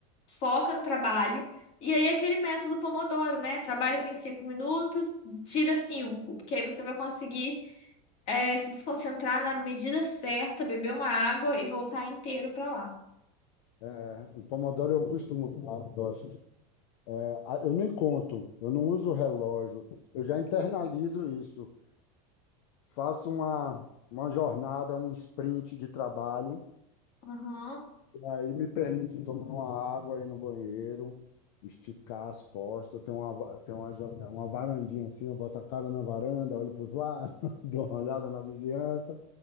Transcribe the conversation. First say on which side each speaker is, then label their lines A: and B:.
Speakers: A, on the left; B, on the left.
A: foca no trabalho. E aí, aquele método Pomodoro, né? Trabalha 25 minutos, tira 5 porque aí você vai conseguir é, se desconcentrar na medida certa, beber uma água e voltar inteiro para lá.
B: é. o Pomodoro eu costumo usar, eu gosto. É, a- eu nem conto, eu não uso relógio, eu já internalizo isso. Faço uma, uma jornada, um sprint de trabalho
A: Aham.
B: Aí me permite tomar uma água aí no banheiro, esticar as costas, tem uma, va- tem uma, jane- uma varandinha assim, eu boto a cara na varanda, olho para os lados, <laughs> dou uma olhada na vizinhança,